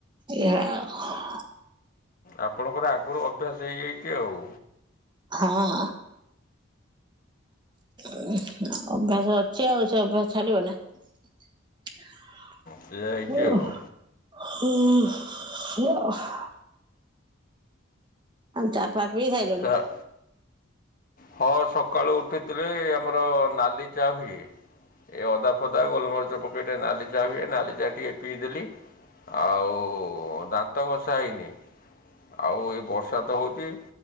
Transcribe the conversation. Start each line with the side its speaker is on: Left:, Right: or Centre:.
Right: ଏଇଆ ଆଉ।
Left: ଆପଣଙ୍କର ଆଗରୁ ଅଭ୍ୟାସ ହେଇଯାଇଚି ଆଉ।
Right: ହଁ। ଉଁ ଅଭ୍ୟାସ ଅଛି ଆଉ ସେଅଭ୍ୟାସ ଛାଡ଼ିବନା। ହ
Left: ସେଇଆ
Right: ହ
Left: ହେଇଛି ଆଉ
Right: ହା ଆଉ ଚା ଫା ପିଇ ସାଇଲଣି?
Left: ଚା' ହଁ ସକାଳୁ ଉଠିଥିଲେ ଆମର ନାଲି ଚା ହୁଏ ଏ ଅଦା ଫଦା ଗୋଲମରିଚ ପକେଇ ଟିକେ ନାଲି ଚା ହୁଏ ନାଲିଚା ଟିକିଏ ପିଇଦେଲି। ଆଉ ଦାନ୍ତଘଷା ହେଇନି ଆଉ ଏ ବର୍ଷାତ ହଉଚି